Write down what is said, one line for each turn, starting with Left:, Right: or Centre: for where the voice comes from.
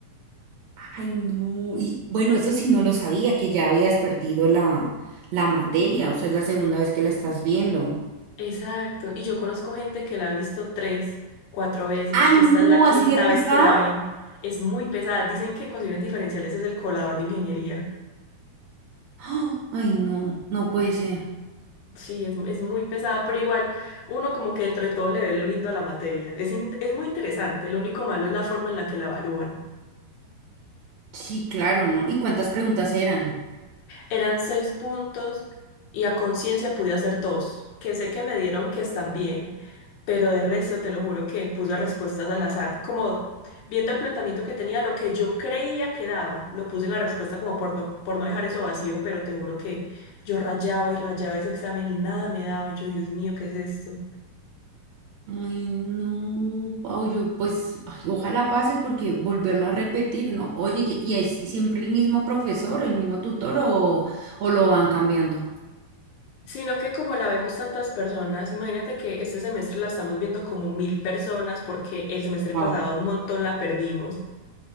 Right: Ay, no. Y bueno, eso sí no lo sabía, que ya habías perdido la, la materia, o sea, es la segunda vez que la estás viendo.
Left: Exacto, y yo conozco gente que la ha visto tres, cuatro veces,
Right: Ay,
Left: que esta
Right: no,
Left: es la quinta
Right: así de pesada.
Left: vez que la ven. Es muy pesada. Dicen que ecuaciones diferenciales es el colador de ingeniería.
Right: ¡Ah! Ay, no, no puede ser.
Left: Sí, es, mu- es muy pesada, pero igual uno como que dentro de todo le ve lo lindo a la materia. Es, in- es muy interesante, lo único malo es la forma en la que la evalúan.
Right: Sí, claro, ¿no? ¿Y cuántas preguntas eran?
Left: Eran seis puntos y a conciencia pude hacer dos, que sé que me dieron que están bien, pero de resto te lo juro que puse respuestas al azar, como viendo el planteamiento que tenía, lo que yo creía que daba, lo puse en la respuesta como por no, por no dejar eso vacío, pero te juro que yo rayaba y rayaba ese examen y nada me daba, y yo, Dios mío, ¿qué es esto?
Right: Ay, no, Pau, yo pues, ay, ojalá pases porque volverla a repetir, ¿no? Oye, ¿y y es siempre el mismo profesor, el mismo tutor o, o lo van cambiando?
Left: Sino que como la vemos tantas personas, imagínate que este semestre la estamos viendo como mil personas porque el semestre
Right: Wow.
Left: pasado un montón la perdimos.